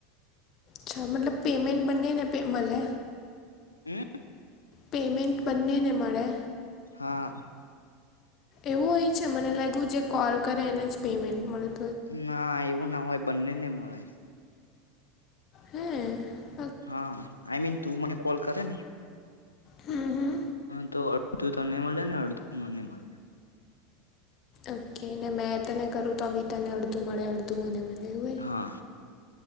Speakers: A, on the left; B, on the left.
A: અચ્છા મતલબ પેમમેન્ટ બંનેને પે મલે?
B: હમ.
A: પેમેન્ટ બને મળે?
B: હા.
A: એવું એય છે મને લાગ્યું જે કોલ કરે એને જ પેમેન્ટ મળે.
B: ના એવું ના હોય બંને નહી મળે.
A: હમ.
B: હા આઈ મીન તું મને કોલ કરે ને.
A: હમ હમ.
B: હા તો અડધું તને મળે ને અડધું મને મળે.
A: ઓકે ને મેં તને કરું તો બી તને અડધું મળે અડધું તોમને રહે હય,
B: હા